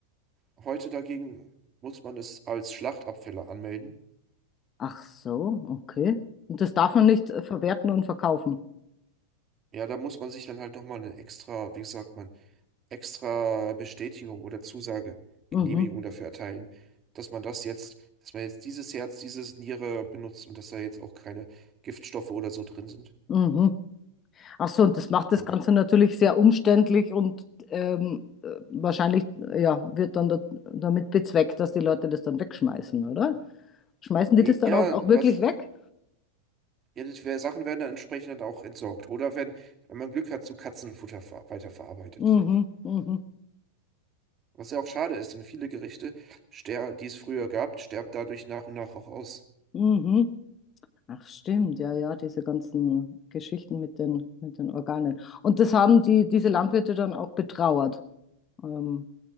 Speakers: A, on the right; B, on the left.
A: Heute dagegen muss man es als Schlachtabfälle anmelden.
B: Ach so, okay. Und das darf man nicht äh, verwerten und verkaufen.
A: Ja, da muss man sich dann halt nochmal eine extra, wie sagt man, extra Bestätigung oder Zusage, Genehmigung
B: Mhm,
A: dafür erteilen, dass man das jetzt, dass man jetzt dieses Herz, dieses Niere benutzt und dass da jetzt auch keine Giftstoffe oder so drin sind.
B: mhm. Ach so, und das macht
A: Und
B: das Ganze natürlich sehr umständlich und ähm, äh, wahrscheinlich, äh, ja, wird dann da, damit bezweckt, dass die Leute das dann wegschmeißen, oder? Schmeißen die
A: ja,
B: das dann auch, auch wirklich
A: was,
B: weg?
A: ja, das wär, Sachen werden dann entsprechend dann auch entsorgt oder wenn, wenn man Glück hat, zu Katzenfutter ver weiterverarbeitet.
B: Mhm, mhm.
A: Was ja auch schade ist, denn viele Gerichte, ster die es früher gab, sterben dadurch nach und nach auch aus.
B: Mhm. Ach stimmt, ja, ja, diese ganzen Geschichten mit den, mit den Organen. Und das haben die, diese Landwirte dann auch betrauert. Ähm,